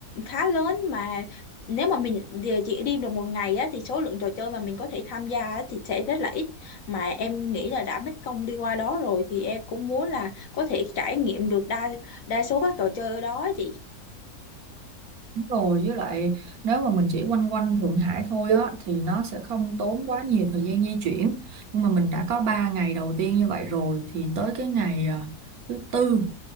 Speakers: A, on the left; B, on the right.
A: khá lớn mà nếu mà mình về chỉ đi được một ngày á thì số lượng trò chơi mà mình có thể tham gia á, thì sẽ rất là ít mà em nghĩ là đã mất công đi qua đó rồi thì em cũng muốn là có thể trải nghiệm được đa đa số các trò chơi ở đó á chị
B: rồi với lại nếu mà mình chỉ quanh quanh Thượng Hải thôi á thì nó sẽ không tốn quá nhiều thời gian di chuyển nhưng mà mình đã có 3 ngày đầu tiên như vậy rồi thì tới cái ngày à, thứ tư